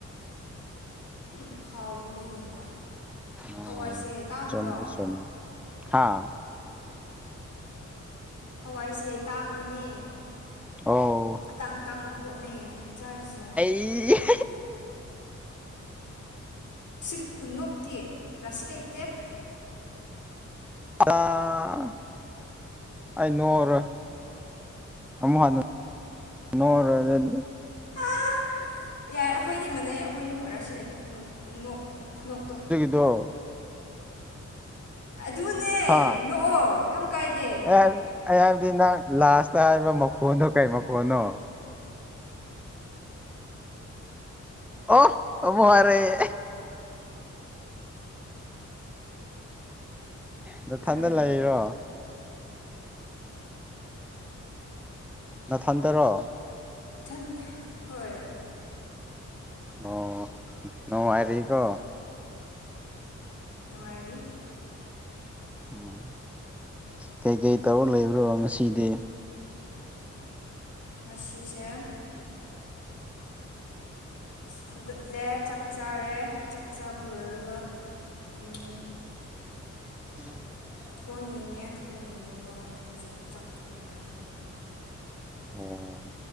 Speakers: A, on the left; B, in the centre.
A: ꯍꯨꯝ ꯍꯥꯎꯕꯒꯤꯅꯤꯅ
B: ꯑꯣ
A: ꯍꯋꯥꯏꯁꯦ ꯇꯥꯡꯗ꯭ꯔꯣ
B: ꯆꯨꯝꯃꯤ ꯆꯨꯝꯃꯤ ꯍꯥꯥ
A: ꯍꯋꯥꯏꯁꯦ ꯇꯥꯡꯕꯅꯦ
B: ꯑꯣ
A: ꯑꯇꯥꯡ ꯑꯇꯥꯡꯕ ꯄꯣꯠꯅꯦ ꯆꯥꯔꯤꯖꯦ
B: ꯏ <unintelligible>
A: ꯏꯁ ꯈꯨꯟꯅꯣꯛꯇꯤ ꯉꯁꯤ ꯂꯩꯇꯦ
B: ꯑꯥ ꯑꯩ ꯅꯣꯛꯑꯔꯣꯏ ꯑꯃꯨꯛ ꯍꯟꯅ ꯅꯣꯛꯑꯔꯣꯏ ꯑꯗꯣꯏꯗꯤ
A: ꯑꯥ ꯌꯥꯏ ꯑꯩꯈꯣꯏꯅꯤ ꯃꯟꯅꯩ ꯑꯩꯈꯣꯏꯅꯤꯃꯛ ꯔꯁꯤ ꯂꯩ ꯅꯣꯛ ꯅꯣꯛ ꯈꯨꯅꯣꯛꯇꯣ
B: ꯗꯣ
A: ꯑꯗꯨꯅꯦ
B: ꯍꯥ
A: ꯅꯣꯛꯑꯣ ꯀꯝ ꯀꯥꯏꯗꯦ
B: ꯑꯩ ꯑꯩ ꯍꯥꯏꯕꯗꯤ ꯅꯪ ꯂꯥꯁꯇ ꯍꯥꯏꯕ ꯃꯈꯣꯟꯗꯣ ꯀꯩ ꯃꯈꯣꯟꯅꯣ ꯑꯣ ꯑꯃꯨꯛ ꯍꯥꯔꯛꯑꯦ ꯅꯊꯟꯗ
A: ꯑꯟꯗ꯭ꯔꯣ
B: ꯂꯩꯔꯤꯔꯣ ꯅꯊꯟꯇꯔꯣ
A: ꯏꯊꯟ ꯍꯣꯏ
B: ꯑꯣ ꯅꯣꯉꯥꯏꯔꯤꯀꯣ
A: ꯅꯨꯡꯉꯥꯏꯔꯤ
B: ꯎꯝ ꯀꯩꯀꯩ ꯇꯧꯔ ꯂꯩꯕ꯭ꯔꯣ ꯉꯁꯤꯗꯤ
A: ꯉꯁꯤꯁꯦ ꯍꯧꯒꯠꯂꯦ ꯆꯥꯛ ꯆꯥꯔꯦ ꯆꯥꯛ ꯆꯥꯕ ꯂꯣꯏꯔꯒ ꯎꯝ
B: <unintelligible>
A: ꯐꯣꯟ ꯌꯦꯡꯉꯦ ꯐꯣꯟ ꯌꯦꯡꯉꯒ ꯍꯧꯖꯤꯛ ꯆꯥꯛ ꯊꯣꯡꯈ꯭ꯔꯦ
B: ꯑꯣ